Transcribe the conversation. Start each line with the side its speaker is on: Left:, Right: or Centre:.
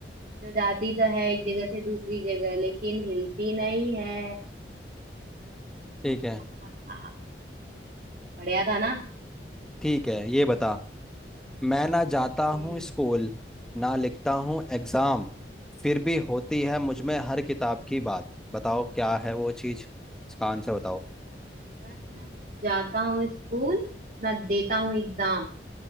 Right: जो जाती तो है एक जगह से दूसरी जगह लेकिन हिलती नहीं है
Centre: ठीक है
Right: <laughs> हा, बढ़िया था ना
Centre: ठीक है ये बता मैं ना जाता
Right: हम्म
Centre: हूँ स्कूल ना लिखता हूँ एग्जाम
Right: हम्म,
Centre: फिर भी होती है मुझ
Right: हम्म।
Centre: में हर किताब की बात बताओ क्या है वो चीज इसका आंसर बताओ
Right: पर ना जाता हूँ स्कूल ना देता हूँ एग्जाम